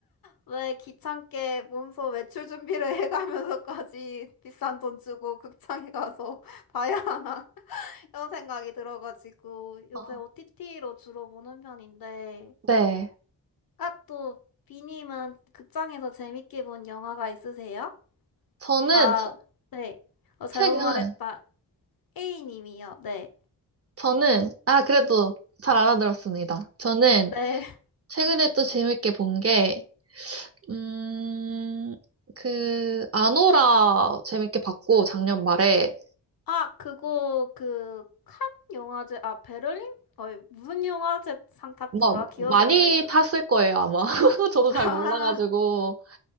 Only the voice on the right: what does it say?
아,
네.
저는,
최-
최근,
저는, 아, 그래도 잘 알아들었습니다. 저는
최근에 또 재밌게 본 게, 음, 그, 아노라 재밌게 봤고, 작년 말에.
뭐,
많이
탔을 거예요, 아마. <laughs> 저도
잘
몰라가지고.